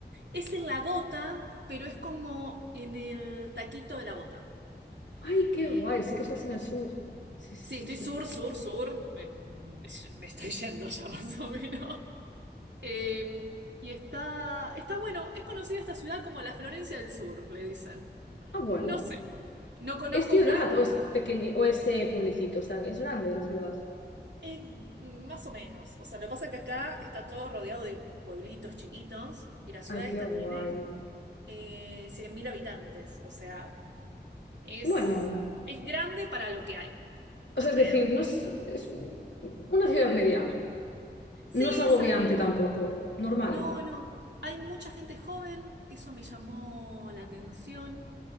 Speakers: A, on the right; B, on the left.
A: Es en la bota, pero es como en el taquito de la bota.
B: Ay, qué
A: Eh,
B: guay, sí que estás en el sur. Sí, sí,
A: sí,
B: sí,
A: estoy
B: sí.
A: sur, sur, sur. Me, me- me estoy yendo ya <laughs> más o menos. Eh, y está, está bueno. Es conocida esta ciudad como la Florencia del Sur, le dicen.
B: Ah, bueno.
A: No sé, no conozco
B: ¿Es ciudad
A: Florencia.
B: o es pequeño o es eh, pueblecito? O sea, es grande la ciudad.
A: es más o menos. O sea, lo que pasa es que acá está todo rodeado de pueblitos chiquitos y la ciudad
B: Ay, qué
A: esta
B: guay.
A: tiene eh, 100.000 habitantes. O sea. Es,
B: Bueno,
A: es grande para lo que hay alrededor.
B: o sea, es decir, no es, es una ciudad mediana.
A: Sí,
B: No es agobiante
A: exacto.
B: tampoco, normal.
A: No, no. Hay mucha gente joven, que eso me llamó la atención,